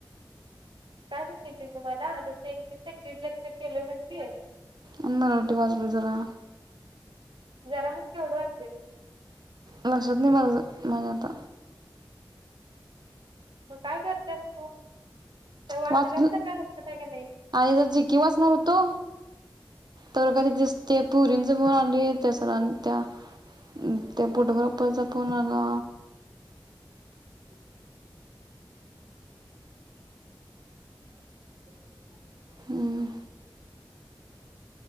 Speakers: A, on the right; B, on the right.
A: काय सांगायचा तुम्हाला नुस्ता इंग्लिशचा एक दीड लेक्चर केलं म्हतीय.
B: अण्णा राउटी वाजलो जरा
A: जरा मग केवढं असेल?
B: लक्षात नाही मजा नाही आता.
A: मग काय करतेस तू? ते वाचल्याला
B: वाच
A: तर काय लक्षात आहे की नाही
B: आणि जर चिक्की वाचणार होतो तर कधी जस ते पुरी ना जगु आणलीय त्या सरांनी त्या अ त्या फोटोग्राफरचा फोन आला.
A: ह <inaudible>
B: हम्म